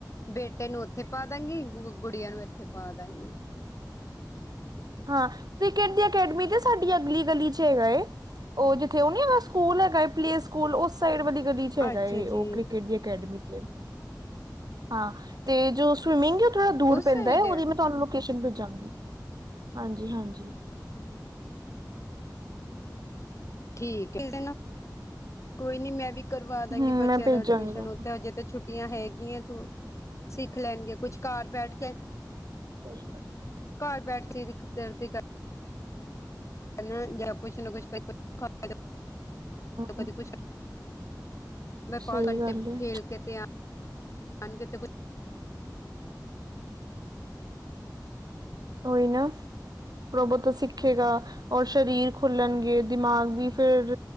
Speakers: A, on the left; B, on the right.
A: ਬੇਟੇ ਨੂੰ ਉੱਥੇ ਪਾ ਦਾਂਗੀ ਗ ਗੁੜੀਆਂ ਨੂੰ ਇੱਥੇ ਪਾ ਦਾਂਗੀ।
B: ਹਾਂ ਕ੍ਰਿਕਟ ਦੀ ਅਕੈਡਮੀ ਤੇ ਸਾਡੀ ਅਗਲੀ ਗਲੀ ਚ ਹੈਗਾ। ਉਹ ਜਿੱਥੇ ਉਹ ਨੀ ਸਕੂਲ ਹੈਗਾ ਏ ਪਲੇ ਸਕੂਲ ਉਸ ਸਾਈਡ ਵਾਲੀ ਕਦੀ ਚ ਹੈਗਾ
A: ਅੱਛਾ ਜੀ।
B: ਉਹ ਕ੍ਰਿਕਟ ਦੀ ਅਕੈਡਮੀ ਤੇ ਹਾਂ ਤੇ ਜੋ ਸਵਿਮਿੰਗ ਉਹ ਥੋੜਾ ਦੂਰ
A: ਉਸ
B: ਪੈਂਦਾ
A: ਸਾਈਡ
B: ਉਹਦੀ ਮੈਂ ਤੁਹਾਨੂੰ ਲੋਕੇਸ਼ਨ ਭੇਜਾਂਗੀ। ਹਾਂਜੀ ਹਾਂਜੀ।
A: ਠੀਕ ਕਿਸ ਕੋਈ ਨੀ ਮੈਂ ਵੀ ਕਰਵਾ ਦਾਂਗੀ
B: ਹੂੰ
A: ਬੱਚਿਆਂ
B: ਮੈਂ ਭੇਜਾਂਗੀ
A: ਦਾ ਐਡਮਿਸ਼ਨ
B: ਤੁਹਾਨੂੰ
A: ਉਥ ਹਜੇ ਤਾਂ ਛੁੱਟੀ ਛੁਟੀਆਂ ਹੈਗੀਆਂ ਤੂੰ ਸਿੱਖ ਲੈਣਗੇ ਕੁਛ ਘਰ ਬੈਠ ਕੇ
B: ਸਤਿ ਸ੍ਰੀ ਅਕਾਲ ਜੀ।
A: ਘਰ ਬੈਠ ਕੇ ਕੀ ਕਰਦੀ ਕਰਦੀ। ਹਨਾ ਜਾਂ ਕੁਛ ਨਾ ਕੁਛ । ਕਦੀ
B: ਹੂੰ।
A: ਕੁਛ ਮੈਂ ਬਾਹਰ
B: ਸਹੀ
A: ਘੰਟੇ
B: ਗੱਲ ਏ
A: ਖੇਲ ਕੇ ਤੇ ਆ। ਆਉਂਦੇ ਤੇ ਕੋਈ।
B: ਕੋਈ ਨਾ। ਰੋਬੋ ਤੋਂ ਸਿੱਖੇਗਾ ਔਰ ਸਰੀਰ ਖੁੱਲਣਗੇ ਦਿਮਾਗ ਵੀ। ਫਿਰ